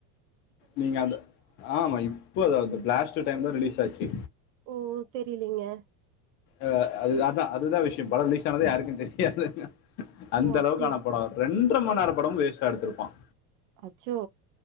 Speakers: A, on the left; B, on the right.
A: நீங்க அந்த ஆமா இப்போ அது அந்த பிளாஸ்ட்டு டைம்தா ரிலீஸ் ஆச்சு
B: ஓ தெரிலியே
A: அ அது அதா அதுதா விஷ்யம் படோ ரிலீஸ் ஆனதே யாருக்கு தெரியாதுங்க அந்தளவுக்கான
B: ஓ அப்டியா
A: படோ ரெண்ட்றம நேர படமு வேஸ்ட்டா எடுத்துருப்பான்
B: அச்சோ